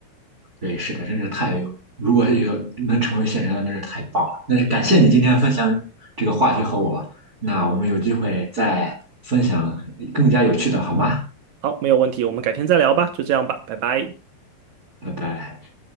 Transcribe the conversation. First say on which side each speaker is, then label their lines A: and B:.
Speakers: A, on the right; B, on the right.
A: 对，是的，真是太有，如果有能成为现实的，那是太棒了。那感谢你今天分享这个话题和我，那我们有机会再分享更加有趣的，好吗？
B: 好，没有问题，我们改天再聊吧，就这样吧，拜拜。
A: 拜拜。